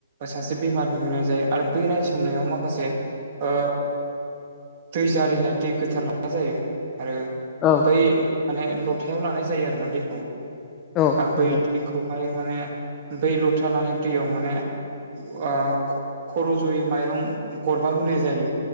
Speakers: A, on the right; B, on the left.
A: सासे बेमारिनि होनाय जायो आरो बै रायसंनायाव माखासे ओ दै जारिनाय दै गोथार लानाय जायो आरो
B: औ
A: बै माने लथायाव लानाय जायो आरोना दैखौ
B: औ
A: आरो
B: नंगौ
A: बै दैखौ बैयावहाय माने बै लथा लानाय दैयाव माने ओ खर' ज'यै माइरं गरबा होनाय जायो